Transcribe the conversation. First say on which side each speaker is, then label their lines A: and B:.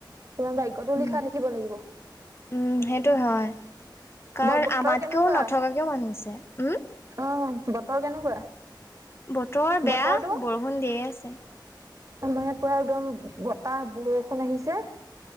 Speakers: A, on the right (about 40°); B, on the left (about 30°).
A: তোমাৰ বাগ্য়তটো
B: উম
A: লিখা থাকিব লাগিব
B: উম সেইটো হয় কাৰণ
A: বতৰ
B: আমাতকেও
A: কেনেকুৱা
B: নথকাকেও মানুহ আছে উম
A: অ বতৰ কেনেকুৱা
B: বতৰৰ বেয়া
A: বতৰটো
B: বৰষুণ দিয়ে আছে
A: মানে পুৰা একদম বতাহ বৰষুণ আহিছে